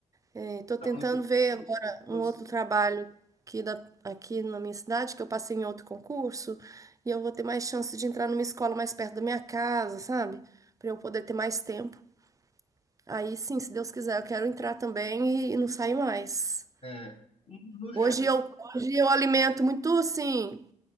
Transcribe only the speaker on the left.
Então,
eu-
você-
é, no geral,